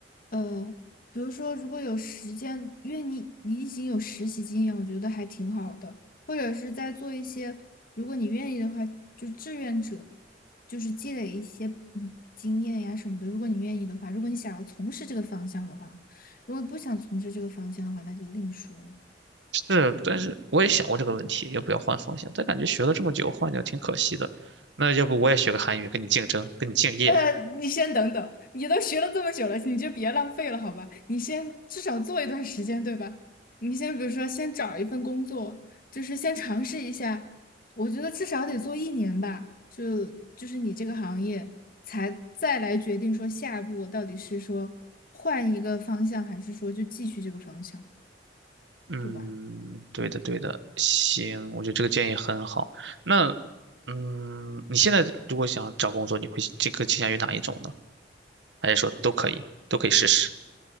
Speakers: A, on the left; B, on the right.
A: 呃，比如说如果有时间，因为你你已经有实习经验，我觉得还挺好的。或者是在做一些，如果你愿意的话，就志愿者，就是积累一些嗯经验呀什么的。如果你愿意的话，如果你想要从事这个方向的话，如果不想从事这个方向的话，那就另说了。
B: 是，但是我也想过这个问题，要不要换方向？但感觉学了这么久，换掉挺可惜的。那要不我也学个韩语，跟你竞争，跟你敬业。
A: 呃，你先等等，你都学了这么久了，你就别浪费了，好吧？你先至少做一段时间，对吧？你先比如说，先找一份工作，就是先尝试一下。我觉得至少得做一年吧，就就是你这个行业，才再来决定说下一步我到底是说换一个方向，还是说就继续这个方向，
B: 嗯，
A: 对吧？
B: 对的，对的，行，我觉得这个建议很好。那，嗯，你现在如果想找工作，你会这个倾向于哪一种呢？还是说都可以，都可以试试？